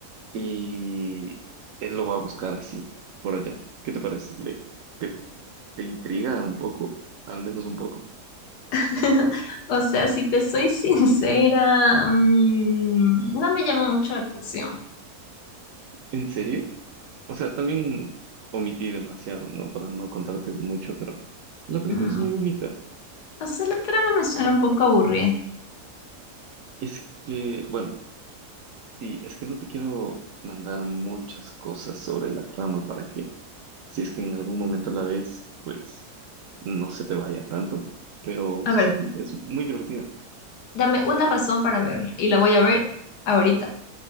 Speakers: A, on the right; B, on the left.
A: Y él lo va a buscar así, por allá. ¿Qué te parece? ¿Le, te, te intriga un poco? Al menos un poco.
B: <laughs> O sea, si te soy sincera, mm, no me llama mucho la atención.
A: ¿En serio? O sea, también omití demasiado, ¿no? Para no contarte mucho, pero la película
B: Mm,
A: es muy bonita.
B: o sea, la trama me suena un poco aburrida.
A: Es que, bueno, sí, es que no te quiero mandar muchas cosas sobre la trama para que, si es que en algún momento la ves, pues no se te vaya tanto. Pero
B: A
A: sí,
B: ver,
A: es muy divertida.
B: dame una razón para verla y la voy a ver ahorita.